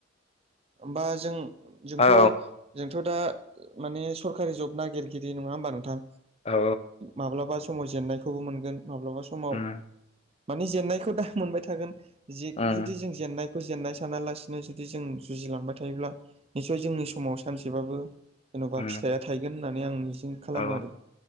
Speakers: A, on the right; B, on the left.
A: बा जों जोंथ
B: ओ
A: जोंथ दा माने सरकारि जब नागिरगिरि नंङा होमबा नोंथां
B: ओ औ
A: माब्लाबा समाव जेननायखौबो मोनगोन माब्लाबा समाव
B: उम
A: मानि जेननायखौ दा मोनबाय थागोन
B: उम
A: जुदि जों जेननायखौ फोजेननाय सानालासिनो जुदि जों जुजिलांबाय थायोब्ला निसय जोंनि समाव सानसेबाबो जेन'बा
B: उम
A: फिथाइया थायगोन होननानै आं मि खालामो
B: औ
A: <inaudible> आरो